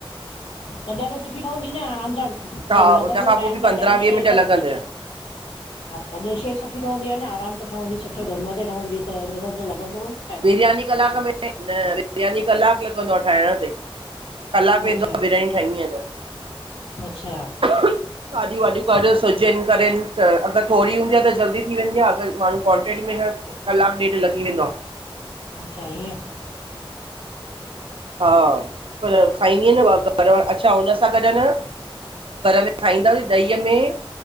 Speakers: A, on the left (about 80°); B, on the right (about 65°).
A: तॾहिं त सुठी रहंदी न आराम सां
B: हा
A: त् लॻंदो
B: हुन खां पोइ
A: टाइम
B: बि
A: त
B: पंद्रहं
A: टम
B: वीह
A: शइ
B: मिंट
A: त
B: लॻंदव
A: हा तदहिं शइ सुठी ठहंदी आहे न, आरामु सां ठहंदी सुठो दम ते ठहंदी, त हुन हिसाब सां लॻंदो न टाइम।
B: बिरयानी कलाक में न, बिरयानी कलाक लॻंदो आहे ठाहिण ते कलाकु वेंदो
A: अच्छा
B: आहे बिरयानी ठाहींदी आहियां त।
A: अच्छा
B: भाॼियूं वाॼियूं कर सिजनि करेनि त अगरि थोरी हूंदी आहे त जल्दी थी वेंदी आहे, अगरि माण्हू क्वांटिटी में न कलाकु ॾेढ लॻी वेंदो आ।
A: अचछा ईअं।
B: हा पर खाईंदीअ न, घर वार अच्छा हुन सां असां गॾु न, घर में खाईंदासी ॾहीअ में